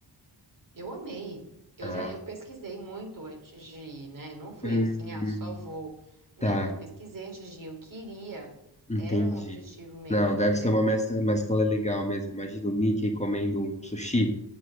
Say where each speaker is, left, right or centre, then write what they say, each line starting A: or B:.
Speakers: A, on the right (about 50°); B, on the left (about 15°).
A: Eu amei. Eu
B: Ah,
A: já eu pesquisei muito antes de ir, né? Eu não fui
B: hum,
A: assim, ah, só vou. Não,
B: tá,
A: eu pesquisei antes de ir, eu queria.
B: entendi.
A: Era um objetivo meu,
B: Não,
A: entendeu?
B: deve ser uma mescla, mescla legal mesmo. Imagina o Mickey comendo um sushi,